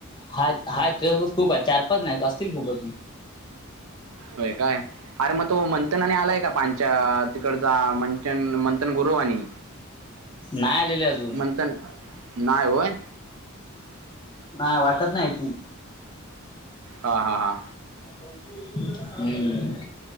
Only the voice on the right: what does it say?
होय काय अरे मग तो मंथन आणि आलाय का पा तिकडचा मंचन मंथन गुरुव आणि
मणंत नाहीय होय.
हा हा हा